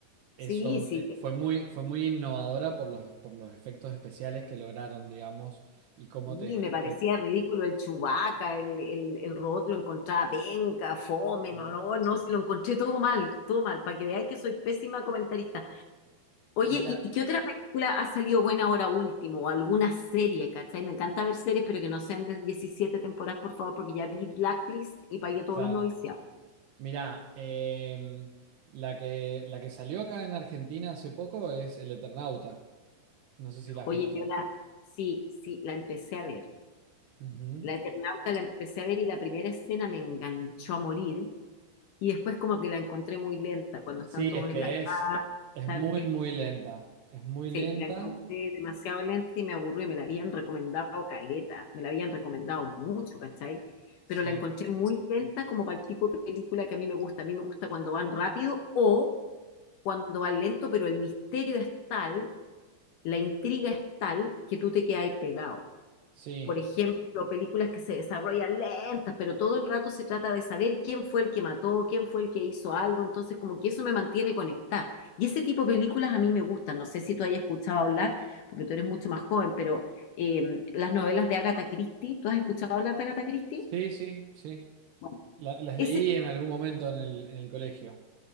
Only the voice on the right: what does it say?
Eso
eh, fue muy, fue muy innovadora por los, por los efectos especiales que lograron, digamos, y cómo
te,
te-
sí.
Y la,
claro,
mirá, em, la que, la que salió acá en Argentina hace poco es El Eternauta. No sé si la has
visto.
Ujú.
Sí,
es que
es, es
muy,
muy lenta. Es muy
lenta.
Sí,
sí,
sí, sí, sí.
La- las
leí en algún momento en el, en el colegio.